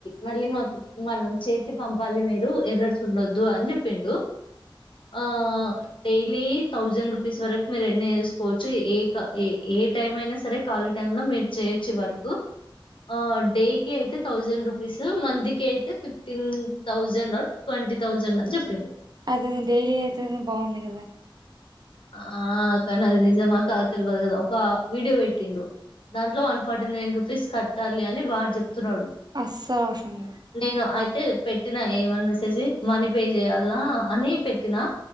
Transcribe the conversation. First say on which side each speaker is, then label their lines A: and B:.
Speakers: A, on the left (about 70°); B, on the right (about 50°).
A: మళ్ళీ మాకు మనం చేసి పంపాలి మీద ఎరడు సున్నాొద్దు అన్బ్ ప్ పిండు ఆ అదేలే థౌసండ్ రుపిస్ వరకు మీరు ఎన్ని చేసుకోవచ్చు ఏక పట్తామే అయిన సరే కాలిటైంలో మేరు చేయచ్చు వర్క్ ఆడేకే అయితే ధా సండ్ రుపిస్మంతకి అయితే ఫిఫ్ట్ న్ థౌసంన్డ్ ట్వంటీ థౌసండ్ అని చెప్పిండు
B: అద డైలీ యితే బాగుంది కదా
A: ఆ కానీ అది నిజమాక తెలియదు కదా ఒక వీడియో పెట్టిండు దాంట్లో one forty nine rupees కట్టాలి అని వార్ చెప్ తున్నాడు
B: అస్సలు అవసరం లేదు
A: నేను అే పెట్టినా ఏమని మెసేజ్ మనీ పే చేయాలనా అని పెట్టినా